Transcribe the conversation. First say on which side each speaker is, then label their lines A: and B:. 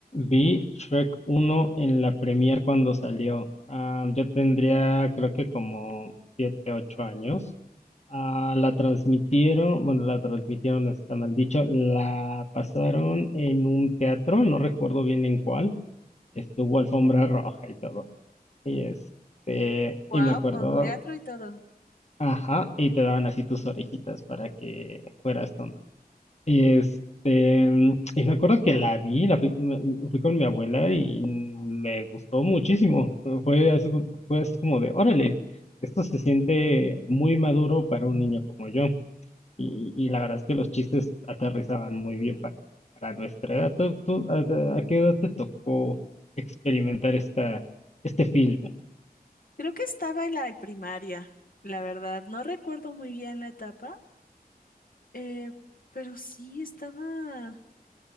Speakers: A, on the left; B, on the left.
A: Vi Shrek 1 en la premier cuando salió. Ah, yo tendría creo que como 7 8 años. Ah, la transmitieron, bueno, la transmitieron, no está mal dicho, la pasaron en un teatro, no recuerdo bien en cuál. Estuvo alfombra roja y todo. Y este,
B: Wow,
A: y me acuerdo,
B: con teatro y todo.
A: ajá, y te daban así tus orejitas para que fueras Y este, mm, y me acuerdo que la vi, la fui, me- me- fui con mi abuela y me gustó muchísimo. Eh, Fue así, fue así como de, órale, esto se siente muy maduro para un niño como yo. Y, y la verdad es que los chistes aterrizaban muy bien para, para nuestra edad. ¿Tú, tú, a, a qué edad te tocó experimentar esta, este filme?
B: Creo que estaba en la primaria, la verdad. No recuerdo muy bien la etapa, eh, pero sí estaba.